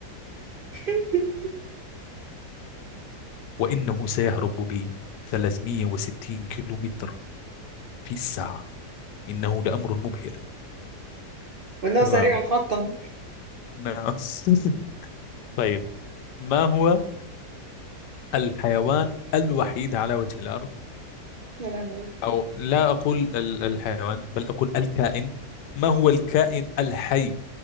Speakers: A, on the right; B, on the left.
A: <laughs>
B: وإنه سيهرب بي 360 كيلومتر في الساعة إنه لأمر مبهر
A: وانه
B: تمام
A: سريع حقا
B: نعم <laughs> طيب ما هو الحيوان الوحيد على وجه الأرض
A: يا لهوي
B: أو لا أقول ال- الحيوان بل أقول الكائن ما هو الكائن الحي